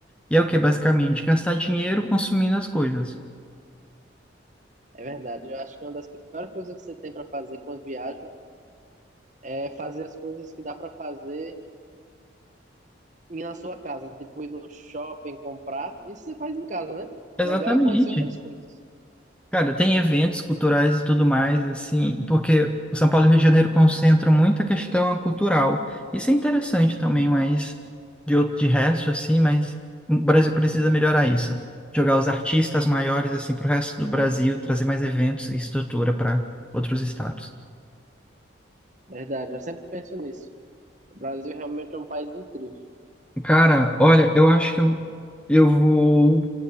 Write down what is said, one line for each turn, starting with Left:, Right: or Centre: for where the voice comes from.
Centre: e é o que basicamente gastar dinheiro consumindo as coisas.
Right: É verdade. Eu acho que uma das piores coisas que você tem para fazer quando viaja é fazer as coisas que dá para fazer ir na sua casa, tipo ir no shopping comprar, isso você faz em casa, né?
Centre: Exatamente.
Right: Legal é conhecer outras coisas.
Centre: Cara, tem eventos culturais e tudo mais, assim, porque o São Paulo e o Rio de Janeiro concentram muito a questão cultural. Isso é interessante também, mas de, outro- de resto, assim, mas o Brasil precisa melhorar isso. Jogar os artistas maiores, assim, para o resto do Brasil, trazer mais eventos e estrutura para outros estados.
Right: Verdade, eu sempre penso nisso. O Brasil realmente é um país incrível.
Centre: Cara, olha, eu acho que eu, eu vou